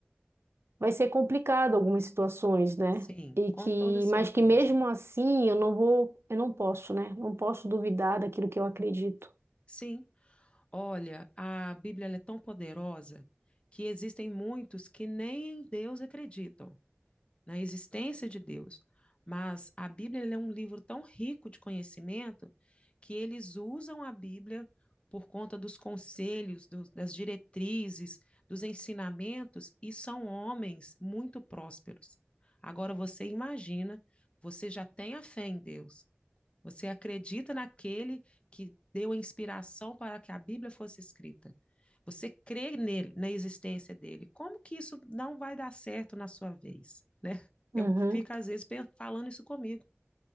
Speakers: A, on the right (about 80°); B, on the left (about 25°).
A: vai ser complicado algumas situações, né?
B: Sim,
A: E
B: com
A: que,
B: toda certeza.
A: mas que mesmo assim eu não vou, eu não posso, né? Não posso duvidar daquilo que eu acredito.
B: Sim, olha, a Bíblia ela é tão poderosa que existem muitos que nem em Deus acreditam, na existência de Deus. Mas a Bíblia ela é um livro tão rico de conhecimento que eles usam a Bíblia por conta dos conselhos, dos- das diretrizes, dos ensinamentos, e são homens muito prósperos. Agora você imagina, você já tem a fé em Deus, você acredita naquele que deu a inspiração para que a Bíblia fosse escrita. Você crê nele, na existência dele. Como que isso não vai dar certo na sua vez, né?
A: Uhum.
B: Eu fico às vezes falando isso comigo,